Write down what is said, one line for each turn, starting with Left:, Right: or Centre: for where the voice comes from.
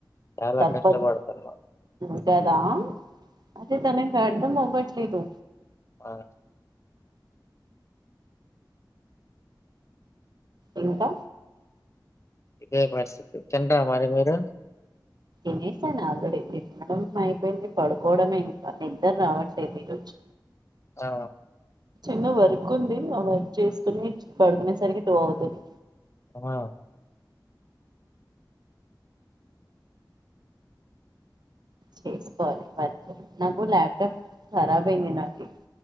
Left: చాలా
Right: తప్పదు
Left: కష్టపడతున్నావు
Right: ఉమ్, కదా అదే తనకు అర్థం అవ్వట్లేదు.
Left: ఆ
Right: ఇంకా
Left: ఇదే పరిస్థితి తినరా మరి మీరు?
Right: తినేసాను ఆల్రెడీ తినడం అయిపోయింది. పడుకోవడమే ఇంకా నిద్దర రావట్లేదు ఈరోజు
Left: ఆ
Right: చిన్న వర్క్ ఉంది. ఆ వర్క్ చేసుకుని పడుకునేసరికి టు అవుతుంది.
Left: ఆమ
Right: చేసుకోవాలి పర్లు నాకు ల్యాప్టాప్ ఖరాబ్ అయింది నాది